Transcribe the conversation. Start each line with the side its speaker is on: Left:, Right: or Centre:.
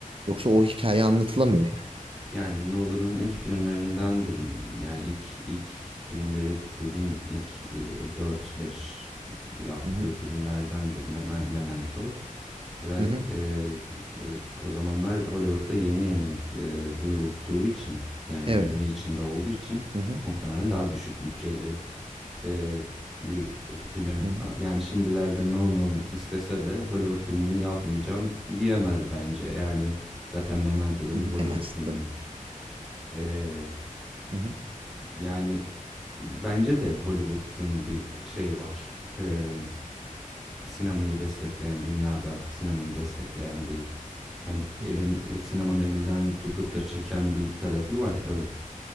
Right: Yoksa o hikaye anlatılamıyor yani.
Centre: Yani, Nolan'ın ilk filmlerindendir. yani, ilk ilk filmleri dediğim ilk, eee, 4-5 yaptığı
Right: Hı hı,
Centre: filmlerdendir. Memen Memento. Ve
Right: hı hı,
Centre: e, e, o zamanlar Hollywood'da yeni yeni e, duyulduğu için yani
Right: evet.
Centre: yeni içinde olduğu için
Right: Hı hı,
Centre: muhtemelen daha düşük bütçeli e, bir film.
Right: hı hı.
Centre: Yani şimdilerde Nolan istese de Hollywood filmi yapmayacağım diyemez bence. Yani zaten Memento da
Right: Bilemez
Centre: bir Hollywood filmi.
Right: tabii.
Centre: E,
Right: Hı hı,
Centre: yani bence de Hollywood'un bir şeyi var. E, sinemayı destekleyen, dünyada sinemayı destekleyen bir Hani
Right: hı
Centre: elin
Right: hı,
Centre: eee, sinemanın elinden tutup da çeken bir tarafı var, evet.